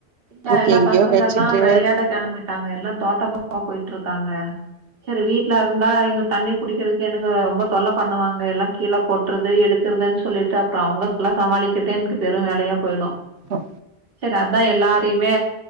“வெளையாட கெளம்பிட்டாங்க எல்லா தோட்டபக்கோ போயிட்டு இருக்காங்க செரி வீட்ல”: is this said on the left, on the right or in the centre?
Right